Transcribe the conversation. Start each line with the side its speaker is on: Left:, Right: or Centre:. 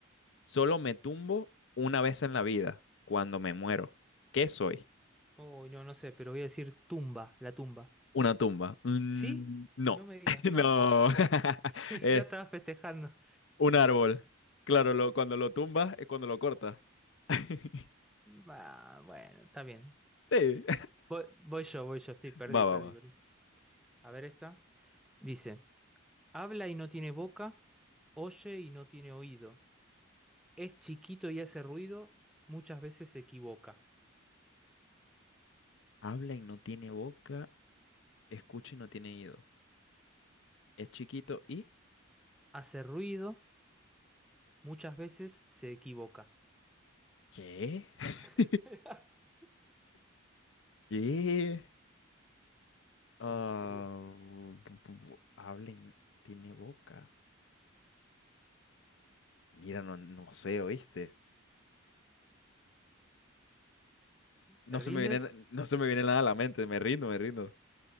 Left: Solo me tumbo una vez en la vida, cuando me muero. ¿Qué soy?
Centre: Oh no, no sé, pero voy a decir tumba, la tumba.
Left: Una tumba. Mm,
Centre: ¿Sí?
Left: no,
Centre: No me digas,
Left: <laughs>
Centre: no,
Left: no.
Centre: ah,
Left: <laughs>
Centre: <laughs>
Left: Es
Centre: ya estaba festejando.
Left: un árbol. Claro, lo- cuando lo tumbas es cuando lo cortas. <laughs>
Centre: Ah, bueno, está bien.
Left: Sí.
Centre: Voy, voy yo, voy yo, sí, perdí,
Left: Va, va,
Centre: perdí,
Left: va.
Centre: perdí. A ver esta. Dice, habla y no tiene boca, oye y no tiene oído. Es chiquito y hace ruido, muchas veces se equivoca.
Left: Habla y no tiene boca, escucha y no tiene oído. Es chiquito y...
Centre: Hace ruido, muchas veces se equivoca.
Left: ¿Qué? <laughs>
Centre: <laughs>
Left: ¿Qué? Ah,
Centre: Es un misterio.
Left: bu- bu- bu- habla y n- tiene boca. Mira, no, no sé, ¿oíste? No
Centre: ¿Te rindes?
Left: se me viene, no se me viene nada a la mente, me rindo, me rindo.